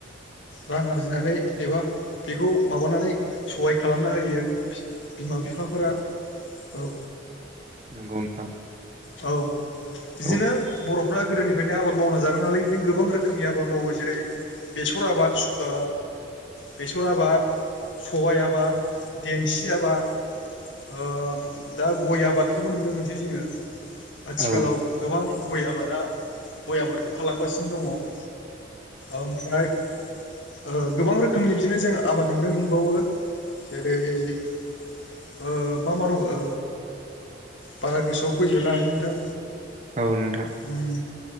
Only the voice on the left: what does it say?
रां आरजिनानै एबा बेखौ माबानानै सहाय खालामना होयो बिमा बिफा।
फोरा औ
औ। बिदिनो
बर'फ्रा गोदोनिफ्रायनो आबाद मावनानै जागाय नालाय बिदिनो गोबां रोखोमनि आबाद मावो जेरै बेसर आबाद, ओ बेसर आबाद, सबायाइ आबाद, देमसि आबाद। ओ दा गय आबादखौबो नुनो मोनसै जोङो। आथिखालाव
गोबां गय आबादा गय आबादखौ खालामगासिनो दङ। ओमफ्राय ओ गोबां रोखोमनि बिदिनो जों आबाद नुनो मोनबावो जेरै ओ मा मा दङ ओ बारा गोसोआवै फैजोबनो हायाखै नोंथां
उम